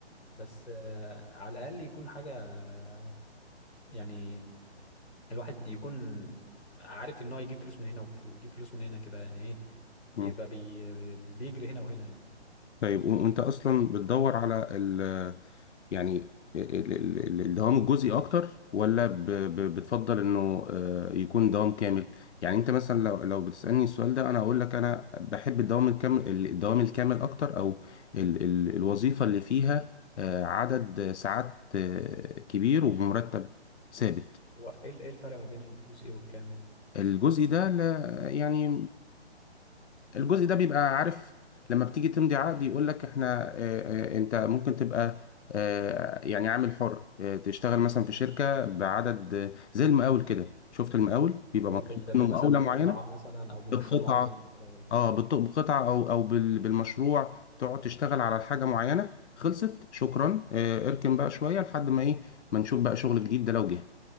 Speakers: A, on the left; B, on the left.
A: بس آه، على الاقل يكون حاجة آه، يعني الواحد يكون عارف ان هو يجيب فلوس من هنا ويجيب فلوس من هنا كده يعني ايه
B: مم.
A: يبقى بي بي- بيجري هنا وهنا يعني
B: طيب و- وانت اصلا بتدور على ال يعني ال- ال- ال- الدوام الجزئي اكتر ولا ب- ب- بتفضل انه آه، يكون دوام كامل يعني انت مثلا لو لو بتسألني السؤال ده انا اقول لك انا بحب الدوام الكامل ال- الدوام الكامل اكتر او ال ال الوظيفة اللي فيها آه، عدد ساعات آه، كبير وبمرتب ثابت
A: هو ايه ال- إيه الفرق ما بين الجزء والكامل
B: الجزء ده لا يعني الجزء ده بيبقى عارف لما بتيجي تمضي عقد يقول لك احنا اه اه انت ممكن تبقى اه يعني عامل حر اه تشتغل مثلا في شركة بعدد اه زي المقاول كده شفت المقاول بيبقى
A: اه
B: مطلوب
A: بال... ب-
B: منه مقاولة
A: مثلا بالقطعة
B: معينة
A: مثلا او بمشروع
B: بقطعة
A: معين مثلاً.
B: اه بط- بقطعة او او بال- بالمشروع تقعد تشتغل على حاجة معينة خلصت شكرا اه اركن بقى شوية لحد ما ايه ما نشوف بقى شغل جديد ده لو جه